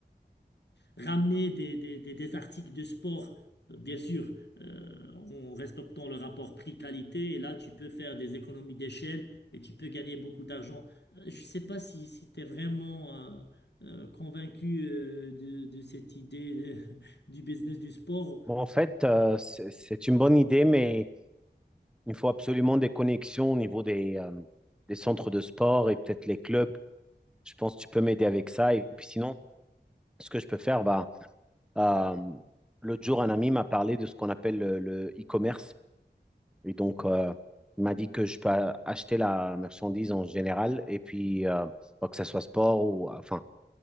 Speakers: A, on the left; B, in the centre.
A: ramener des, des- des- des articles de sport, euh, bien sûr, euh, en respectant le rapport prix-qualité. Et là, tu peux faire des économies d'échelle et tu peux gagner beaucoup d'argent. Euh, Je ne sais pas si, si tu es vraiment euh, euh, convaincu euh, de, de cette idée euh, <laughs> du business du sport.
B: Bon, en fait, euh, c'est c'est une bonne idée, mais Il faut absolument des connexions au niveau des, euh, des centres de sport et peut-être les clubs. Je pense que tu peux m'aider avec ça. Et puis sinon, ce que je peux faire, bah, euh, l'autre jour, un ami m'a parlé de ce qu'on appelle le, le e-commerce. Et donc, euh, il m'a dit que je peux acheter la marchandise en général. Et puis, euh, bah, que ce soit sport ou enfin,